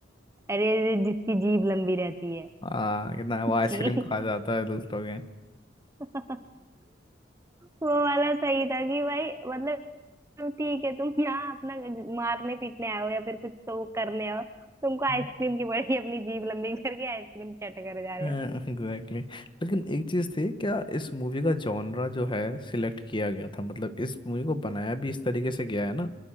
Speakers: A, on the right; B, on the left.
A: अरे अरे, जिसकी जीभ लंबी रहती है
B: हाँ कितना वो आइसक्रीम
A: जी
B: खा जाता है दूसरों
A: <laughs> वो वाला सही था कि भाई मतलब ठीक है तुम यहाँ अपना मारने पीटने आए हो या फिर कुछ तो करने आओ तुमको आइसक्रीम
B: के
A: की बड़ी अपनी जीभ लंबी करके आइसक्रीम चट कर जा
B: <laughs>
A: रहे हो
B: एग्जैक्टली लेकिन एक चीज थी क्या इस मूवी का जॉनरा जो है सिलेक्ट किया गया था मतलब इस मूवी को बनाया भी इस तरीके से गया है ना